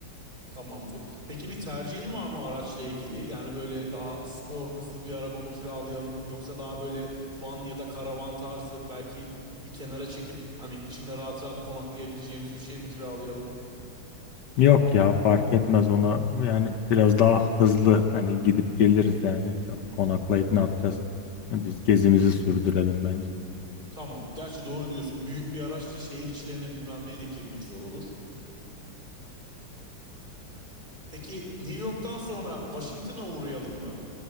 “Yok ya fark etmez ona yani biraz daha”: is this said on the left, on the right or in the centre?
Left